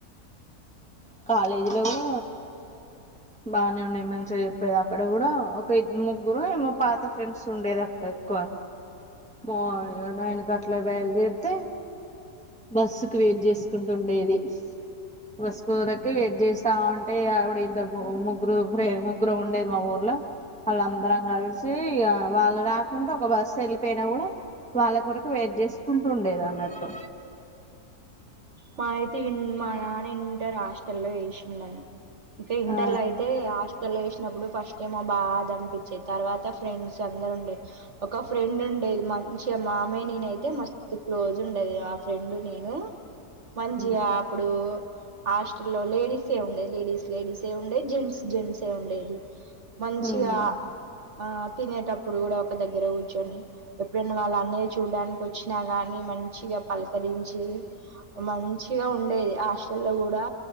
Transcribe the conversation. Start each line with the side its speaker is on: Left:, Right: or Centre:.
Centre: కాలేజ్లొ గుడా బాగానే ఉండేది మంచిగ చెప్పేదక్కడ గుడా ఒక ఇద్ ముగ్గురో ఏమొ పాత ఫ్రెండ్సుండేదక్క ఎక్కువ మో యొ నైనకట్ల బయల్దేర్తె బస్సుకు వెయ్ట్ జేస్కుంటుండేది బస్ కోరకు వెయ్ట్ జేస్తా ఉంటె ఇగ అబుడు ఇద్దరు పో ముగ్గురు ఫ్రే ముగ్గురముండే మ ఊర్ లొ అళ్ళందరం గల్సీ ఇగ వాళ్ళు రాకుంటె ఒక బస్సెళ్ళిపెయ్న గుడ వాళ్ళ కొరకు వెయ్ట్ జేస్కుంటు ఉండేదాన్నట్ ట్టు
Right: మాఐతీ విన్ మా నాన ఇంటర్ హాస్టల్లొ వేషిన్నన్ ఇంక ఇంటర్లైతె
Centre: ఆ
Right: ఆశ్ టల్లొ యేష్నబ్బుడు ఫస్టైమొ బాదన్పించె తర్వాత ఫ్రెండ్సందరుండె ఒక ఫ్రెండున్ ఉండేది మంచిగా మామె నీనైతే మస్తు క్లోజుండెది ఆ ఫ్రెండ్ నేను మంచిగా
Centre: ఉమ్
Right: అప్పుడూ ఆస్టల్లో లేడీస్సే ఉండేది లేడీస్ లేడీసే ఉండేద్ జెంట్స్ జెంట్సే ఉండేది. మంచిగా
Centre: ఉమ్
Right: ఆ తినేటప్పుడు గుడా ఒక దగ్గరె గుచ్చోని ఎప్పుడైనా వాళ్ళన్నయ్య చూడ్డానికొచ్చినా గాన్ ని మంచిగా పల్కరించి మంచిగ ఉండేది ఆస్టల్లొ గుడా